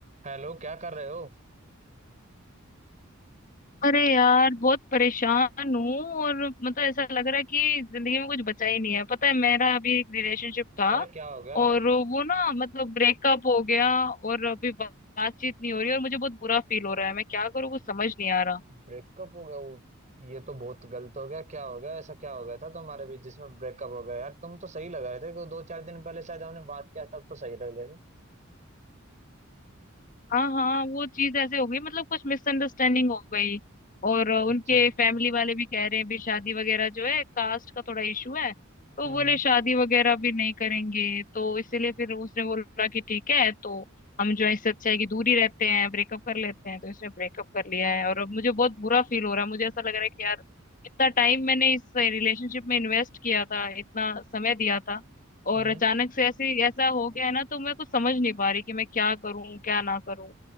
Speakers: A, on the right; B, on the left.
A: हेलो क्या कर रहे हो
B: अरे यार बहुत परेशान हूँ और मतलब ऐसा लग रहा है कि जिंदगी में कुछ बचा ही नहीं है पता है मेरा अभी एक रिलेशनशिप था
A: अरे क्या हो गया
B: और वो ना मतलब ब्रेकअप हो गया और अभी बा- बातचीत नहीं हो रही और मुझे बहुत बुरा फील हो रहा है मैं क्या करूँ कुछ समझ नहीं आ रहा
A: ब्रेकअप हो गया वो ये तो बहुत गलत हो गया क्या हो गया ऐसा क्या हो गया था तुम्हारे बीच जिसमें ब्रेकअप हो गया यार तुम तो सही लग रहे थे कि दो चार दिन पहले शायद हमने बात किया तब तो सही लग रहे थे
B: हाँ हाँ वो चीज ऐसे हो गई मतलब कुछ मिसअंडरस्टैंडिंग हो गई और अ, उनके
A: अच्छा हम्म
B: फैमिली वाले भी कह रहे हैं भी शादी वगैरह जो है कास्ट का थोड़ा इशू है तो
A: हम्म
B: बोले शादी वगैरह भी नहीं करेंगे तो इसीलिए फिर उसने बोला कि ठीक है तो हम जो है इससे अच्छा है कि दूर ही रहते हैं ब्रेकअप कर लेते हैं तो इसने ब्रेकअप कर लिया है और अब मुझे बहुत बुरा फील हो रहा है मुझे ऐसा लग रहा है कि यार इतना टाइम मैंने इस रिलेशनशिप में इन्वेस्ट किया था इतना समय दिया था और
A: हम्म।
B: अचानक से ऐसे ऐसा हो गया है ना तो मैं कुछ समझ नहीं पा रही कि मैं क्या करूं क्या ना करूं